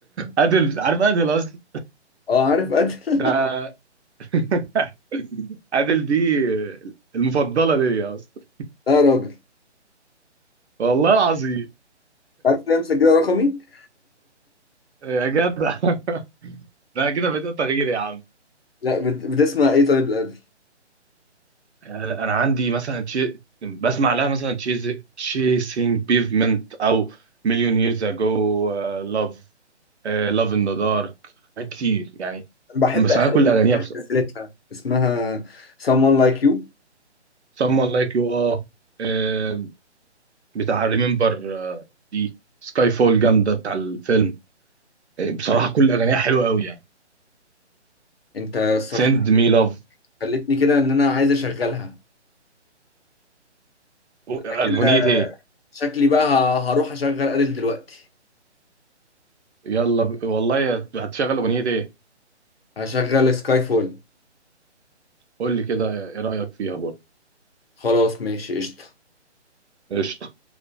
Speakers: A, on the right; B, on the left.
A: ادل عارف ادل اصلا
B: اه عارف ادل <laughs>
A: ده <laughs> ادل دي المفضله ليا اصلا
B: لا يا راجل
A: والله العظيم
B: عارف ليه مسجلة رقمي <laughs>
A: يا جدع <laughs> ده كده بدأ تغيير يا عم
B: لا بت- بتسمع ايه طيب لادل
A: آه، انا عندي مثلا تشي... بسمع لها مثلا تشيز... تشيسينج بيفمنت او مليون ييرز اجو لاف لاف ان ذا دارك حاجات كتير يعني
B: بحب
A: انا بسمع
B: اخر
A: لها
B: اغنية
A: كل اغانيها بس
B: نزلتها اسمها Someone Like You
A: someone like you اه آه، بتاع ريمبر دي سكاي فول جامده بتاع الفيلم آه، بصراحه كل اغانيها حلوه قوي يعني
B: انت الصراحة
A: سند مي لاف
B: خلتني كده ان انا عايز اشغلها انا
A: اغنيه
B: كده
A: ايه
B: شكلي بقى ه- هروح اشغل ادل دلوقتي
A: يلا ب... والله هتشغل اغنيه ايه
B: هشغل سكاي فول
A: قول لي كده ايه رايك فيها برضه
B: خلاص ماشي قشطة
A: قشطة.